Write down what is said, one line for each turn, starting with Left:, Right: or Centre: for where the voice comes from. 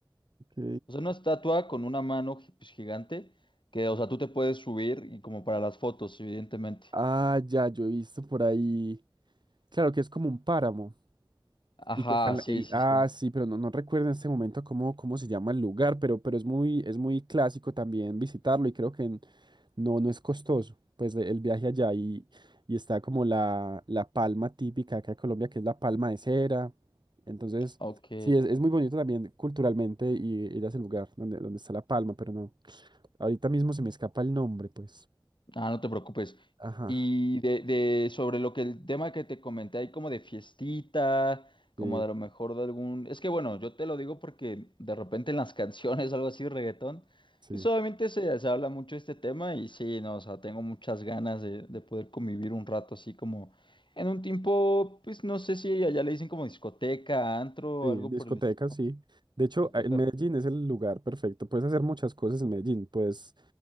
Right: Ok.
Left: o sea, una estatua con una mano gi- pues, gigante, que, o sea, tú te puedes subir y como para las fotos, evidentemente.
Right: Ah, ya, yo he visto por ahí. Claro que es como un páramo.
Left: Ajá,
Right: Y que está. en la-
Left: sí,
Right: y-
Left: sí,
Right: ah,
Left: sí.
Right: sí, pero no, no recuerdo en este momento cómo, cómo se llama el lugar, pero, pero es muy, es muy clásico también visitarlo y creo que en, No, no es costoso, pues de- el viaje allá y, y está como la, la palma típica acá de Colombia, que es la palma de cera. Entonces,
Left: Ok.
Right: sí, es, es muy bonito también culturalmente y ir a ese lugar donde, donde está la palma, pero no, ahorita mismo se me escapa el nombre, pues.
Left: Ah, no te preocupes.
Right: Ajá.
Left: Y de, de sobre lo que el tema que te comenté ahí como de fiestita, como
Right: Sí,
Left: de lo mejor de algún... Es que bueno, yo te lo digo porque de repente en las <laughs> canciones, algo así, reggaetón,
Right: sí,
Left: pues obviamente se, se habla mucho de este tema y sí, no, o sea, tengo muchas ganas de, de poder convivir un rato así como en un tiempo, pues no sé si allá le dicen como discoteca, antro,
Right: sí,
Left: algo
Right: discotecas,
Left: por el estilo.
Right: sí. De hecho,
Left: Discoteca.
Right: a- en Medellín es el lugar perfecto. Puedes hacer muchas cosas en Medellín. Puedes